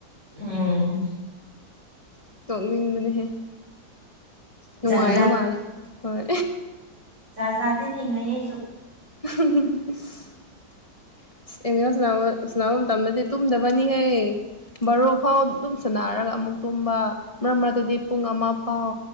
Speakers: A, on the right; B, on the left.
A: ꯎꯝ
B: ꯇꯣꯛꯃꯤ ꯃꯅꯤꯍꯦ ꯅꯨꯡꯉꯥꯏ
A: ꯖꯥꯠ
B: ꯃꯥꯅꯦꯦ ꯍꯣꯏ
A: ꯖꯥ ꯖꯥꯠꯇꯤ ꯊꯦꯡꯅꯩ ꯑꯩꯁꯨ
B: <unintelligible> ꯑꯦꯃꯤꯅ ꯁꯅꯥ ꯁꯅꯥ ꯇꯅꯗꯤ ꯇꯨꯗꯕꯅꯤ ꯍꯥꯏ ꯕꯥꯔꯣ ꯐꯥꯎ ꯑꯗꯨꯝ ꯁꯅꯔꯒ ꯑꯃꯨꯛ ꯇꯨꯝꯕ ꯃꯔꯛ ꯃꯔꯛꯇꯗꯤ ꯄꯨꯡ ꯑꯃ ꯐꯥꯎ